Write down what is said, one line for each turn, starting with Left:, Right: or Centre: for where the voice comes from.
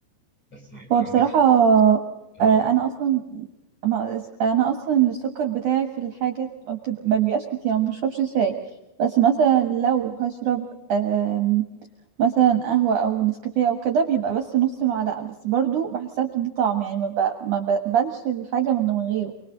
Left: بس يبقى
Right: هو بصراحة
Left: عندك اراده
Right: آه، انا اصلا ما انا اصلا السكر بتاعي في الحاجات ما, بتبقى ما بيبقاش كتير ما بشربش شاي بس مثلا لو هشرب آم، مثلا قهوة او نسكافيه او كده بيبقى بس نص معلقة بس برضو بحسها بتدي طعم يعني ما, ب... ما بقبلش الحاجة من غيره